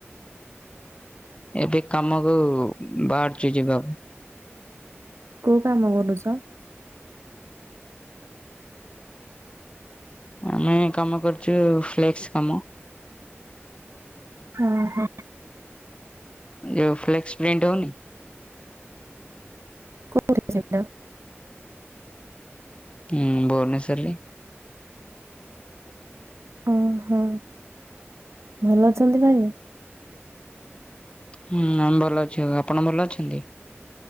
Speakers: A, on the left; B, on the right.
A: ଏବେ କାମକୁ ବାହାରୁଚି ଯିବାକୁ।
B: କୋଉ କାମ କରୁଛ?
A: ଆମେ କାମ କରୁଛୁ ଫ୍ଲେକ୍ସ କାମ।
B: ଓଁହଁ।
A: ଯୋଉ ଫ୍ଲେକ୍ସ ପ୍ରିଣ୍ଟ୍ ହଉନି?
B: କୋଉଠି ସେଟା?
A: ହୁଁ ଭୁବନେଶ୍ୱରରେ।
B: ଓ ହୋଁ ଭଲ ଅଛନ୍ତି ଭାଇ <unintelligible>
A: ହୁଁ ଆମେ ଭଲ ଅଛୁ ଆଉ ଆପଣ ଭଲ ଅଛନ୍ତି?